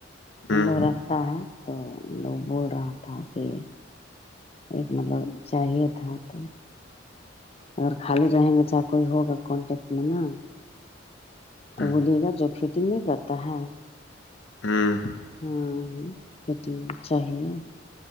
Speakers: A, on the left; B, on the left.
A: او
B: ہ
A: لوگ رکھتا ہے تو لوگ بول رہا تھا کہ ایک مطلب چاہیے تھا تو اگر خالی رہیں گے چاہے کوئی ہوگا کانٹیکٹ میں نا تو
B: ہ
A: بولیے گا جو فٹنگ نہیں کرتا ہے
B: ہوں
A: ہاں وہ پٹی چاہیے